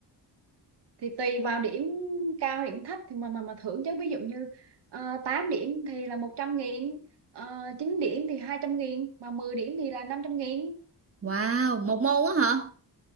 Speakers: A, on the right; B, on the right.
A: thì tùy vào điểm cao điểm thấp thì mà mà mà thưởng chứ ví dụ như ờ, 8 điểm thì là một trăm nghìn uh, 9 điểm thì hai trăm nghìn mà 10 điểm thì là năm trăm nghìn
B: wow một môn á hả